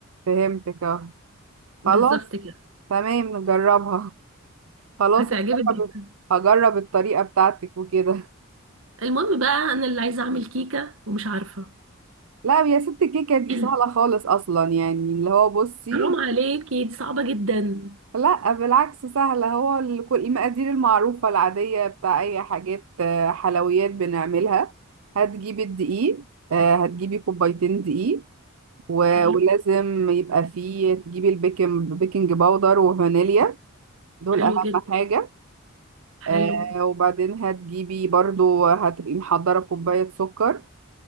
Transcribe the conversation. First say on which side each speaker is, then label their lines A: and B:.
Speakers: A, on the right; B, on the right.
A: فهمتك اه
B: بالظبط
A: خلاص
B: كده
A: تمام نجربها <laughs> خلاص
B: هتعجبك جدا
A: هجرب هجرب الطريقة بتاعتك وكده
B: المهم بقى انا اللي عايزة اعمل كيكة ومش عارفة
A: لا يا ست الكيكة دي
B: <clears throat>
A: سهلة خالص أصلا يعني اللي هو بصي
B: حرام عليكي دي صعبة جدا
A: لا بالعكس سهلة هو ال- كل المقادير المعروفة العادية بتاع أي حاجات آه، حلويات بنعملها هتجيبي الدقيق آه، هتجيبي كوبايتين دقيق و-
B: حلو
A: ولازم يبقى فيه تجيبي البيكنج بيكنج باودر وفانيليا دول
B: حلو
A: أهم
B: جدا
A: حاجة
B: حلو
A: آه، وبعدين هتجيبي برضو هتبقي محضرة كوباية سكر